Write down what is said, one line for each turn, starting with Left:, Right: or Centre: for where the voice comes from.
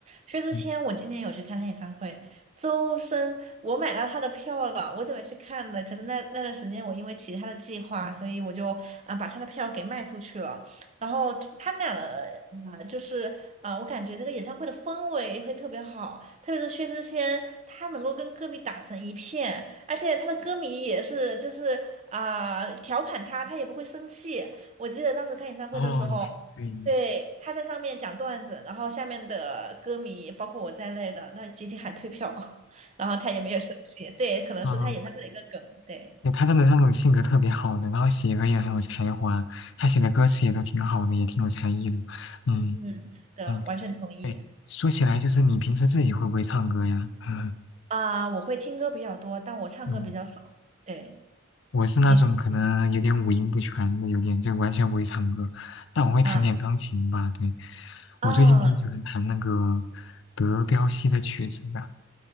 Right: 薛之谦，
Left: 嗯，
Right: 我今天有去看他演唱会。周深，我买到他的票了，我准备去看的，可是那那段时间我因为其他的计划，所以我就啊、把他的票给卖出去了。然后他们俩的啊、就是啊、我感觉那个演唱会的氛围会特别好，特别是薛之谦，他能够跟歌迷打成一片，而且他的歌迷也是就是啊、调侃他，他也不会生气。我记得当时看演唱会的时候。
Left: 哦，对，
Right: 对，他在上面讲段子，然后下面的歌迷，包括我在内的，那集体喊退票，<laughs> 然后他也没有生气。对，可能是他演唱会的一个梗。
Left: 嗯，
Right: 对，
Left: 对他真的是那种性格特别好的，然后写歌也很有才华，他写的歌词也都挺好的，也挺有才艺的。嗯
Right: 嗯，是的，
Left: 嗯。
Right: 完全同意。
Left: 对，说起来就是你平时自己会不会唱歌呀？<laughs>
Right: 啊、我会听歌比较多，但我唱歌比较少。
Left: 嗯，
Right: 对，
Left: 我是那种可能有点五音不全的，
Right: 你
Left: 有点就完全不会唱歌，但我会弹点钢琴吧。
Right: 啊
Left: 对，我最近挺喜欢弹那个
Right: 啊，
Left: 德彪西的曲子的，